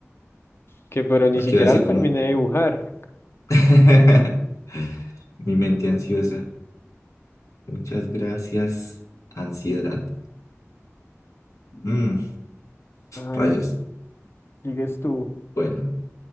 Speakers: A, on the left; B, on the left.
A: que pero ni
B: Porque
A: siquiera
B: iba a decir
A: lo terminé
B: como
A: de dibujar.
B: <laughs> mi mente ansiosa. Muchas gracias. Ansiedad. Mm,
A: A ver,
B: rayos.
A: sigues tú.
B: Bueno,